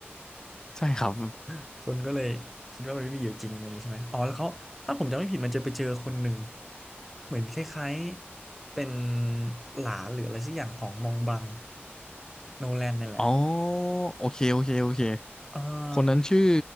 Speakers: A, on the left; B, in the centre.
A: ใช่ครับ
B: <laughs> คนก็เลยคิดว่ามันไม่มีอยู่จริงอะไรอย่างนี้ใช่ไหมอ๋อแล้วเขาถ้าผมจำไม่ผิดมันจะไปเจอคนหนึ่งเหมือนคล้ายๆเป็นหลานหรืออะไรสักอย่างของมองบังโนแลนนี่แหละ
A: อ๋อโอเคโอเคโอเค
B: เอ่
A: คนนั้นชื่อ